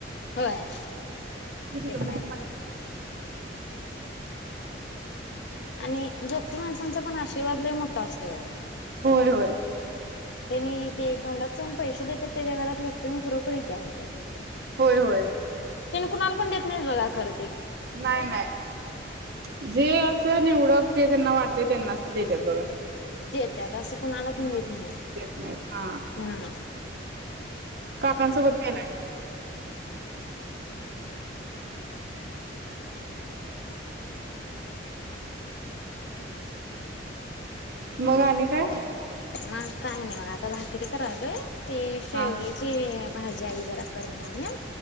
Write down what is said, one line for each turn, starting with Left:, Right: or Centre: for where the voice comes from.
Left: होय
Right: कीती
Left: ते
Right: क
Left: पण आहेत आणि जोपी माणसांचा पण आशीर्वादला मोठा असतोय
Right: होय होय
Left: त्यांनी ते तोंडात चोन पैसे देतात त्याच्या घरात लक्ष्मी खरोखरी य त्या्या म्हणतात
Right: होय होय
Left: त्यांनी कुणाला पण देत नाही बघा खरच
Right: नाही नाही जे असं निवडक जे त्यांना वाटते त्यांनाच ते देतात बघा
Left: देतत असं कुणाला
Right: हम्म.
Left: पण देत नाहीत
Right: देत नाहीत हा
Left: हम्म
Right: काकांसोबत गेलाय मग आणि काय
Left: मग काय नाही मग आता भाकरी करा आलोय ते शेवग्याची
Right: हा
Left: भाजी आई जरा कर म्हणाली